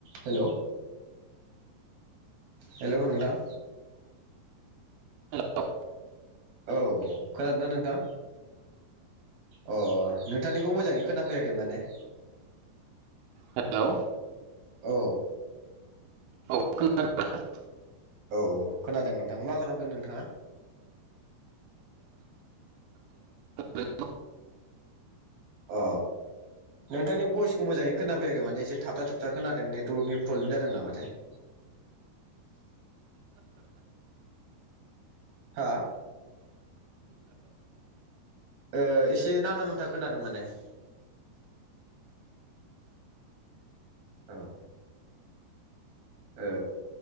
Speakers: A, on the right; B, on the right.
A: हेलौ हेलौ नोंथां
B: हेलौ
A: औ खोनादों ना नोंथां अ नोंथांनिखौ मोजाङै खोनाफैयाखै माने
B: हेलौ
A: औ
B: औ खोनादों ना
A: औ खोनादों नोंथाङा मा खालामदों नोंथाङा
B: एसे
A: अ नोंथांनि भयसखौ मोजाङै खोनाफैयाखै माने एसे थाबथाथ थाबथा खोनादों नेटवर्कनि प्रब्लेम जादों नामाथाय <inaudible> हा ए एसे नांथा नुंथा खोनादों माने <inaudible> औ ओ